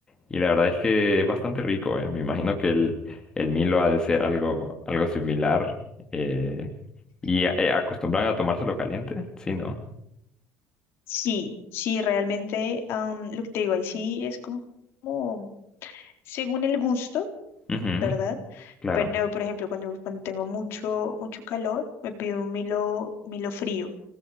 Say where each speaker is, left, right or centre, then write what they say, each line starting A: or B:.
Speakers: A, on the left (about 15°); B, on the left (about 55°).
A: Y la verdad es que es bastante rico, eh. Me imagino que el, el Milo ha de ser algo, algo similar. eh, y eh, acostumbran
B: mm,
A: a tomárselo caliente, sí, ¿no?
B: sí, sí, realmente, am, lo que te digo ahí sí es como como según el gusto.
A: Ujú,
B: ¿verdad?
A: claro.
B: Pero, por ejemplo, cuando, cuando tengo mucho, mucho calor, me pido un Milo, Milo frío